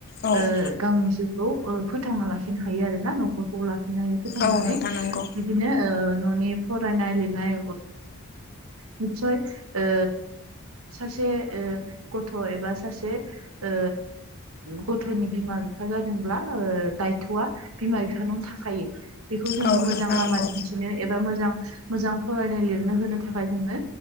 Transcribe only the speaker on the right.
ओ गावनि जिउखौ फोथांना लाखिनो हायो आरोना न'खरखौ लाखिनो हायो। फोथांनानै
बिदिनो ओ न'नि फरायनाय लिरनाय नित्सय ओ सासे गथ' एबा सासे ओ गथ'नि बिमा बिफा जादोंब्ला ओ दायथ'आ बिमा बिफानावनो थाखायो बेखौ जोङो
मोजां
लामा
दिन्थि बिदिनो एबा मोजां मोजां फरायनो लिरनो होनो था थाखाय जोङो